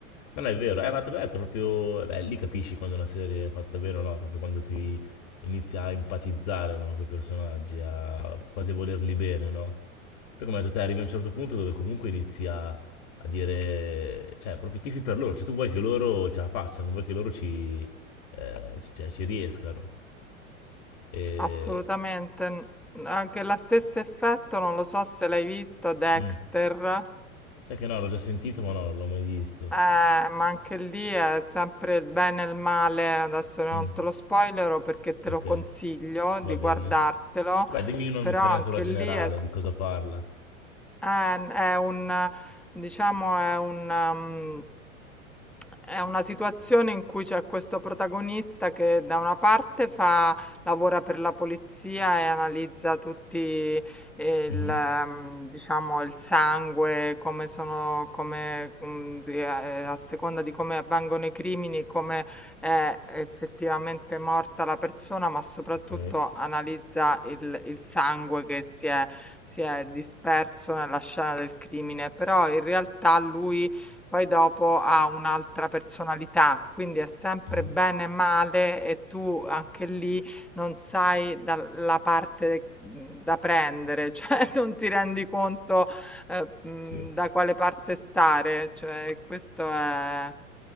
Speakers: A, on the left; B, in the centre.
A: Non è vero, eh, ma te l'ho detto, proprio... Beh, lì capisci quando una serie è fatta bene o no, proprio quando ti inizia a empatizzare, no, con i personaggi, a quasi volerli bene, no? Poi come hai detto te, arrivi a un certo punto dove comunque inizi a, a dire... Cioè, proprio tifi per loro, cioè tu vuoi che loro ce la facciano, vuoi che loro ci, eh, ci- cioè, ci riescano. E...
B: assolutamente. n- Anche lo stesso effetto, non lo so se l'hai visto, Dexter,
A: mm.
B: eh,
A: Sai che no, l'ho già sentito, ma no, non l'ho mai visto.
B: ma anche lì è sempre il bene e il male. Adesso non
A: Mm,
B: te lo spoilero perché te
A: ok,
B: lo consiglio
A: va
B: di
A: bene.
B: guardartelo
A: Dai, dimmi un'infarinatura
B: però anche
A: generale
B: lì è, s-
A: di cosa parla.
B: Eh, n- è un, diciamo, è un, ehm, è una situazione in cui c'è questo protagonista che da una parte fa, lavora per la polizia e analizza tutti il,
A: Mhm,
B: ehm, diciamo, il sangue, come sono, come, mm, di- eh, a seconda di come avvengono i crimini, come è effettivamente morta la persona, ma soprattutto
A: Ok.
B: analizza il, il sangue che si è, si è disperso nella scena del crimine, però in realtà lui poi dopo ha un'altra personalità, quindi è sempre
A: Mhm.
B: bene e male e tu anche lì non sai dalla parte mhmm, da prendere, <laughs> cioè non ti rendi conto eh, mh,
A: Sì,
B: da quale parte stare, cioè questo è...